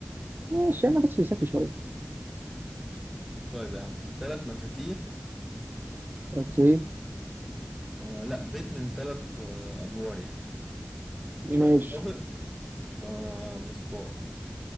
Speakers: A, on the right (about 50°); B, in the centre.
A: ماشي انا بس فلسفي شويه
B: طيب يا عم ثلاث مفاتيح
A: اوكي
B: آه لا بيت من ثلاث آه ادوار يعني
A: ماشي
B: كل طابق آه مصباح